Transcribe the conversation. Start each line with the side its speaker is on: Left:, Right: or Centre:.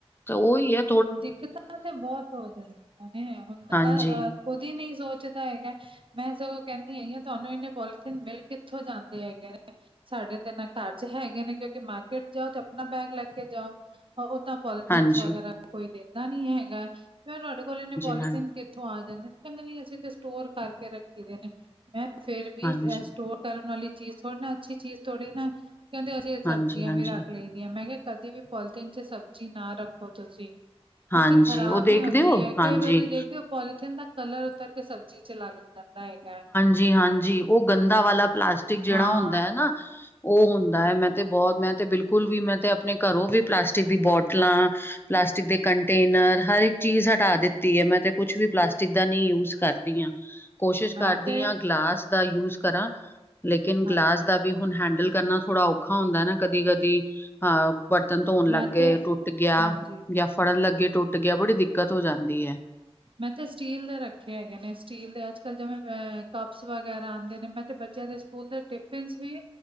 Left: ਤਾਂ ਓਈ ਏ
Right: ਦਿੱਕਤਾਂ ਤੇ ਬਹੁਤ <unintelligible> ਹੋ ਜਾਂਦੀਆਂਲ
Left: ਹਾਂਜੀ-ਹਾਂਜੀ,
Right: ਅਹ ਖੁਦ ਹੀ ਨੀ ਸੋਚਦਾ ਹੈਗੇ ਮੈਂ ਸਗੋਂ ਕਹੰਦੀ ਹੈਗੀ ਤੁਹਾਨੂੰ ਏਨੇ ਪੋਲੀਥੀਨ ਮਿਲ ਕਿੱਥੋਂ ਜਾਂਦੇ ਹੈਗੇ ਨੇ ਸਾਡੇ ਤਿੰਨ ਕਾਰਰ ਚ ਹੈਗੇ ਨੇ ਕਿਉਂਕਿ ਮਾਰਕੀਟ ਜਾਓ ਤੇ ਆਪਣਾ ਬੈਗ ਲੈ ਕੇ ਜਾਓ ਉਹਾਂ ਪੋਲੀਤੀਸਂ
Left: ਹਾਂਜੀ-ਹਾਂਜੀ,
Right: ਵਗੈਰਾ
Left: ਹਾਂਜੀ।
Right: ਕੋਈ ਦਿੰਦਾ ਨੀ ਹੈਗਾ ਫੇਰ ਤੁਹਾਡੇ ਕੋਲ ਇਹਨੇ ਪੋਲੀਥਨ
Left: ਹਾਂਜੀ
Right: ਇੱਥੋਂ ਆ ਜਾਂਦੇ ਕਹੰਦੇ ਨੀ ਅਸੀਂ ਤੇ ਸਟੋਰ ਕਰਕੇ ਰੱਖੀ ਦੇ ਨੇ ਮੈਂ ਫੇਰ ਵੀ
Left: ਹਾਂਜੀ
Right: ਏ ਸਟੋਰ ਕਰਨ ਵਾਲੀ ਚੀਜ਼ ਥੋੜ੍ਹੀ ਨਾ ਅੱਛੀ ਚੀਜ਼ ਥੋੜ੍ਹੀ ਨਾ ਕਹੰਦੇ ਅਸੀਂ ਸਬਜ਼ੀਆਂ
Left: ਹਾਂਜੀ, ਹਾਂਜੀ।
Right: ਵੀ ਰੱਖ ਲਈ ਮੈਂ ਕਿਆ ਕਦੇ ਵੀ ਪੋਲਥੀਨ ਚ ਸਬਜ਼ੀ ਨਾ ਰੱਖੋ ਤੁਸੀਂ
Left: ਹਾਂਜੀ,
Right: ਓ ਤੇ ਖ਼ਰਾਬ
Left: ਉਹ ਦੇਖਦੇ
Right: ਈ ਹੁੰਦੀ
Left: ਹੋ?
Right: ਏ
Left: ਹਾਂਜੀ,
Right: ਕਈ ਵਾਰੀ ਦੇਖਦੇ ਓ ਪੋਲੀਥੀਨ ਦਾ ਕਲਰ ਉਤਰ ਕੇ ਸਬਜ਼ੀ ਚ ਲੱਗ ਜਾਂਦਾ ਹੈਗੇ
Left: ਜੀ ਹਾਂਜੀ ਉ ਗੰਦਾ ਵਾਲਾ ਪਲਾਸਟਿਕ ਜੇੜਾ
Right: ਹਾਂ
Left: ਹੁੰਦਾ ਏ ਨਾ ਉਹ ਹੁੰਦਾ ਏ ਮੈਂ ਤੇ ਬੋਹਤ ਮੈਂ ਤੇ ਬਿਲਕੁਲ ਵੀ ਮੈਂ ਤੇ ਆਪਣੇ ਘਰੋਂ ਵੀ ਪਲਾਸਟਿਕ ਦੀ ਬੋਟਲਾਂ ਪਲਾਸਟਿਕ ਦੇ ਕੰਟੇਨਰ ਹਰ ਏਕ ਚੀਜ਼ ਹਟਾ ਦਿੱਤੀ ਏ ਮੈਂ ਤੇ ਕੁਛ ਵੀ ਪਲਾਸਟਿਕ ਦਾ ਨੀ ਯੂਜ ਕਰਦੀ ਆ। ਕੋਸ਼ਿਸ਼
Right: ਮੈਂ
Left: ਕਰਦੀ
Right: ਤੇ
Left: ਆ ਗਲਾਸ ਦਾ ਯੂਸ ਕਰਾਂ ਲੇਕਿਨ
Right: ਹਾਂਜੀ
Left: ਗਲਾਸ ਦਾ ਵੀ ਹੁਣ ਹੈਂਡਲ ਕਰਨਾ ਥੋੜਾ ਔਖਾ ਹੁੰਦਾ ਨਾ ਕਦੀ ਕਦੀ ਅ ਬਰਤਨ ਧੋਣ ਲੱਗੇ
Right: ਮੈਂ ਤੇ
Left: ਟੁੱਟ ਗਿਆ
Right: ਹਾਂਜੀ,
Left: ਯਾ ਫੜਨ ਲੱਗੇ ਟੁੱਟ ਗਿਆ ਬੜੀ ਦਿੱਕਤ ਹੋ ਜਾਂਦੀ ਏ
Right: ਮੈਂ ਤੇ ਸਟੀਲ ਦੇ ਰੱਖੇ ਹੈਗੇ ਨੇ ਸਟੀਲ ਦੇ ਅੱਜ ਕੱਲ੍ਹ ਜਿਵੇਂ ਕੱਪਸ ਵਗੈਰਾ ਆਂਦੇ ਨੇ ਮੈਂ ਤੇ ਬੱਚਿਆਂ ਦੇ। ਸਕੂਲ ਦੇ ਟਿਫਿਨਸ ਵੀ।